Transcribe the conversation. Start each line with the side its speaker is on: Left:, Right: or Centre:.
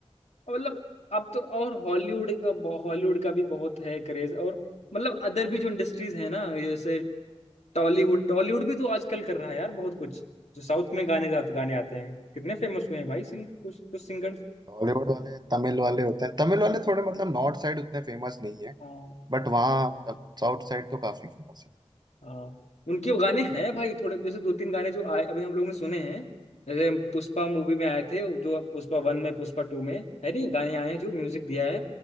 Left: मतलब अब तो और हॉलीवुड का हॉलीवुड का भी बहुत है क्रेज और मतलब अदर भी जो इंडस्ट्रीज है ना जैसे टॉलीवुड टॉलीवुड भी तो आजकल कर रहा है यार बहुत कुछ जो साउथ में गाने जाते गाने आते हैं कितने फेमस हुए हैं भाई सिंग, कुछ कुछ सिंगर्स
Right: बॉलीवुड वाले तमिल वाले होते हैं तमिल वाले थोड़े मतलब नॉर्थ साइड उतने फेमस नहीं
Left: हाँ
Right: है बट वहाँ साउथ साइड तो काफी फेमस है
Left: हाँ उनके गाने हैं भाई थोड़े जैसे दो तीन गाने जो आए अभी हम लोग ने सुने हैं जैसे पुष्पा मूवी में आए थे जो पुष्पा वन में पुष्पा टू में है नहीं गाने आए हैं जो म्यूजिक दिया है